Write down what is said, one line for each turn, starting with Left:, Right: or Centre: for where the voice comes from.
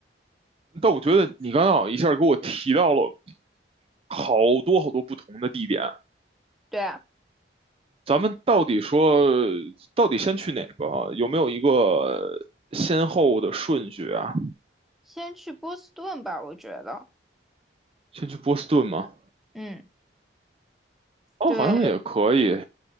Right: 但我觉得你刚刚好像一下给我提到了好多好多不同的地点。
Centre: 对啊，
Right: 咱们到底说，到底先去哪个啊有没有一个呃先后的顺序啊？
Centre: 先去波士顿吧，我觉得，
Right: 先去波士顿吗？
Centre: 嗯，
Right: 哦，
Centre: 对。
Right: 好像也可以。